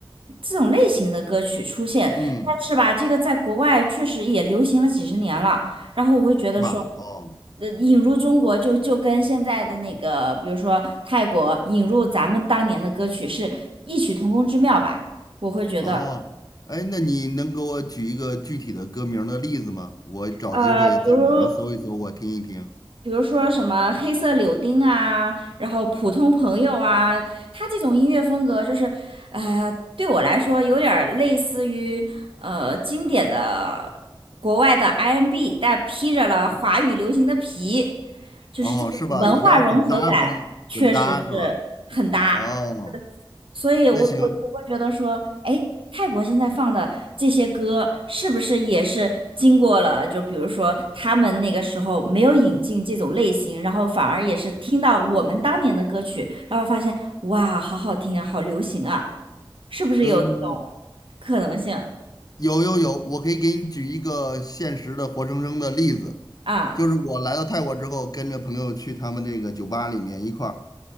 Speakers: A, on the right; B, on the left.
A: 这种类型的歌曲出现，
B: 嗯，
A: 但是吧，这个在国外确实也流行了几十年了。然后我会觉得说，
B: 是吧？哦
A: 呃，引入中国就就跟现在的那个，比如说泰国引入咱们当年的歌曲是异曲同工之妙吧，我会觉得。
B: 哦，哎，那你能给我举一个具体的歌名儿的例子吗？我找机会在网上搜一搜，
A: 呃，比如
B: 我听一听。
A: 比如说什么黑色柳丁啊，然后普通朋友啊，他这种音乐风格就是，呃，对我来说有点儿类似于呃经典的国外的 I M b 但披着了华语流行的皮，就是这种文化融合感，
B: 哦，是吧？有点儿混搭风，
A: 确实是很搭。
B: 混搭是吧？哦，
A: 所以我，
B: 那行，
A: 我我会觉得说，哎，泰国现在放的这些歌，是不是也是经过了？就比如说，他们那个时候没有引进这种类型，然后反而也是听到我们当年的歌曲，然后发现，哇，好好听啊，好流行啊，是不是有这种可能性
B: 嗯，有有有，我可以给你举一个现实的活生生的例子，
A: 啊？
B: 就是我来到泰国之后，跟着朋友去他们这个酒吧里面一块儿